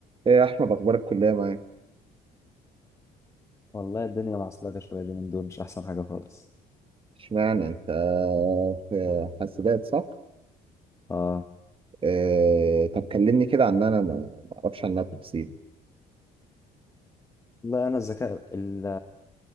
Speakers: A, on the right (about 30°); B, on the left (about 15°).
A: ايه يا احمد اخبار الكليه معاك
B: والله الدنيا معصلجة شوية اليومين دول مش أحسن حاجة خالص
A: اشمعنى انت في حاسبات صح
B: اه
A: إيه طب كلمني كده عن انا ما ما اعرفش عنها تفاصيل
B: والله أنا الذكاء ال-